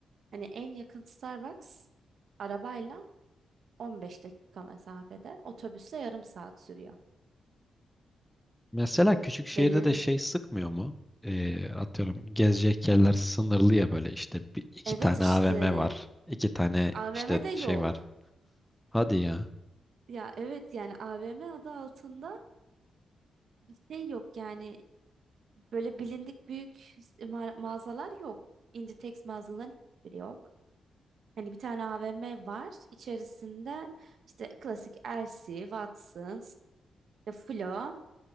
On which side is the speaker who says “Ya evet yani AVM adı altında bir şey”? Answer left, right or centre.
Right